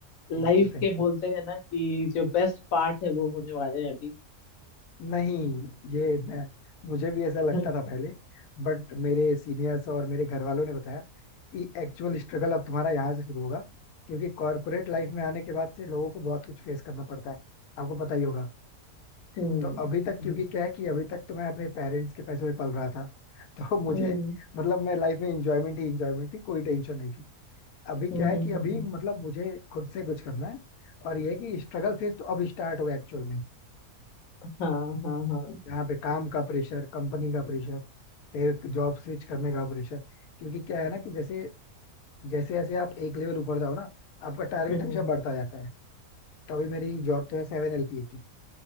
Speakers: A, on the left; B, on the left.
A: लाइफ
B: Thank you thank
A: के बोलते
B: you
A: हैं ना कि जो बेस्ट पार्ट है वो होने वाले हैं अभी
B: नहीं ये मैं मुझे भी ऐसा लगता
A: <laughs>
B: था पहले बट मेरे सीनियर्स और मेरे घर वालों ने बताया कि एक्चुअल स्ट्रगल अब तुम्हारा यहाँ से शुरू होगा क्योंकि कॉर्पोरेट लाइफ में आने के बाद से लोगों को बहुत कुछ फेस करना पड़ता है आपको पता ही होगा
A: हम्म
B: तो अभी तक
A: हम्म
B: क्योंकि क्या है कि अभी तक तो मैं अपने पेरेंट्स के पैसों में पल रहा था तो <laughs> मुझे
A: हम्म
B: मतलब मैं लाइफ में इंजॉयमेंट ही इंजॉयमेंट थी कोई टेंशन नहीं थी अभी क्या
A: हम्म,
B: है
A: हम्म,
B: कि अभी
A: हम्म,
B: मतलब मुझे खुद से कुछ करना है और ये है कि स्ट्रगल फेज तो अब स्टार्ट हुआ एक्चुअल में
A: हाँ हाँ हाँ
B: जहाँ पे काम का प्रेशर कंपनी का प्रेशर फिर जॉब स्विच करने का प्रेशर क्योंकि क्या है ना कि जैसे जैसे जैसे आप एक लेवल ऊपर जाओ ना आपका टारगेट
A: हम्म
B: हमेशा बढ़ता जाता है तो अभी मेरी जॉब तो है सेवन LPA की